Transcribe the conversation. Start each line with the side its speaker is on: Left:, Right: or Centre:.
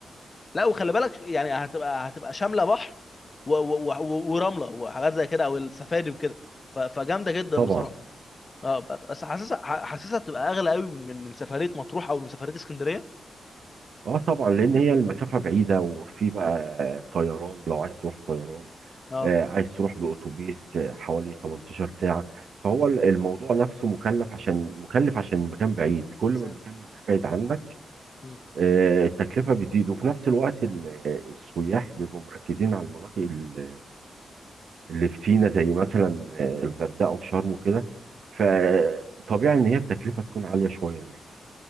Left: لا وخلي بالك يعني هتبقى هتبقى شامله بحر و... و... و... ورمله وحاجات زي كده او السفاري وكده ف... فجامده جدا
Right: طبعا
Left: بصراحه اه بس حاسسها ح- حاسسها بتبقى اغلى قوي من من من سفريه مطروح او من سفريه اسكندريه
Right: اه طبعا لأن هي المسافة بعيدة وفي بقى طيران لو عايز تروح طيران
Left: اه
Right: آه، عايز تروح بأتوبيس آه، حوالي 18 ساعة فهو الموضوع نفسه مكلف عشان مكلف عشان المكان بعيد كل ما
Left: مسافة
Right: المكان ما بيبعد عنك
Left: مم.
Right: آه، التكلفة بتزيد وفي نفس الوقت ال- آه، السياح بيبقوا مركزين على المناطق ال- اللي في سينا زي مثلا آه، الغردقة وشرم وكده فطبيعي إن هي التكلفة تكون عالية شوية هناك